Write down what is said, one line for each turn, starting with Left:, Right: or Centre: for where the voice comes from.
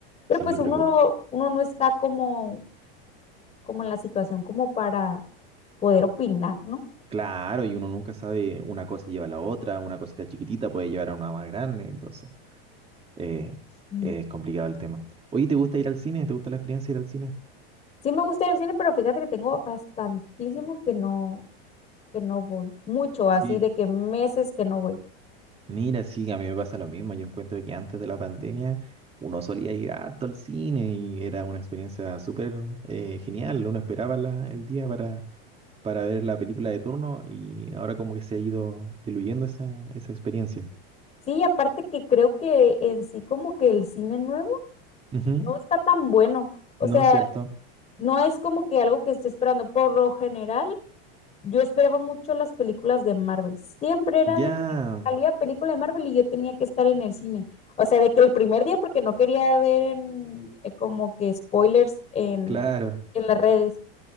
Left: Pero
Right: sí,
Left: pues
Right: pero
Left: uno,
Right: que,
Left: uno no está como, como en la situación como para poder opinar, ¿no?
Right: claro, y uno nunca sabe, una cosa lleva a la otra, una cosita chiquitita puede llevar a una más grande, entonces. eh,
Left: Sí.
Right: es complicado el tema. Oye, ¿te gusta ir al cine? ¿Te gusta la experiencia de ir al cine?
Left: Sí me gusta ir al cine, pero fíjate que tengo bastantísimo que no, que no voy, mucho así
Right: Sí,
Left: de que meses que no voy.
Right: mira, sí, a mí me pasa lo mismo. Yo encuentro que antes de la pandemia uno solía ir harto al cine y era una experiencia súper eh, genial. Uno esperaba la- el día para, para ver la película de turno y ahora como que se ha ido diluyendo esa, esa experiencia.
Left: Sí, aparte que creo que en sí como que el cine nuevo
Right: Ujú,
Left: no está tan bueno. O
Right: No
Left: sea,
Right: es cierto.
Left: no es como que algo que esté esperando. Por lo general, yo esperaba mucho las películas de Marvel. Siempre era
Right: Ya,
Left: de que salía película de Marvel y yo tenía que estar en el cine. O sea, de que el primer día, porque no quería ver en, eh, como que spoilers en,
Right: claro.
Left: en las redes.